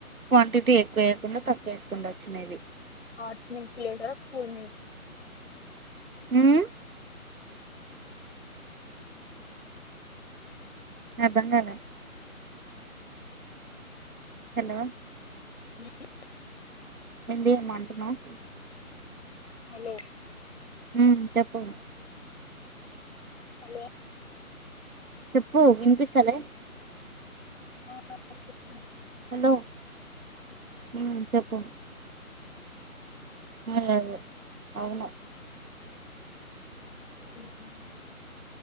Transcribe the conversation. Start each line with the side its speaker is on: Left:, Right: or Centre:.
Right: క్వాంటిటీ ఎక్కువ వేయకుండా తక్కువ వేస్తుండొచ్చు మేబీ
Left: హాట్ మిక్స్ చేసరా కూల్ మి
Right: హుమ్ అర్ధం కాల హలో
Left: హు
Right: ఏంది ఏమ్ అంటున్నావ్
Left: హలో
Right: ఆ చెప్పు
Left: హలో
Right: చెప్పు వినిపిస్తలే
Left: ఆ <inaudible>
Right: హలో మ్ చెప్పు ఏమ్ లేదు అవును
Left: అవునా